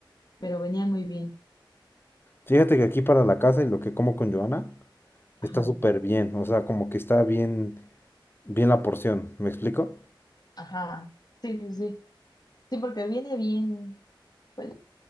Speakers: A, on the left; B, on the left.
A: pero venía muy bien.
B: Fíjate que aquí para la casa y lo que como con Joana está
A: Ajá,
B: súper bien. O sea, como que está bien, bien la porción. ¿Me explico?
A: ajá. Sí, sí, sí. Sí, porque viene bien, pues,